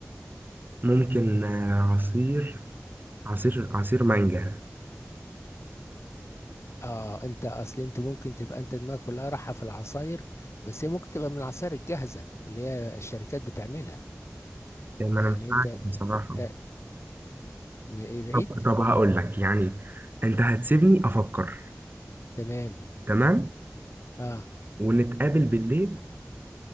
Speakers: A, on the right; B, on the left.
A: ممكن آه، عصير عصير عصير مانجا
B: اه انت اصل انت ممكن تبقى انت دماغك كلها رايحة في العصاير بس هي ممكن تبقى من العصاير الجاهزة اللي هي الشركات بتعملها
A: يعني ما
B: يعني
A: انا مش عارف
B: انت
A: بصراحة
B: انت م- إيه، بعيد
A: طب طب هقول لك يعني انت هتسيبني افكر
B: تمام
A: تمام
B: اه
A: ونتقابل بالليل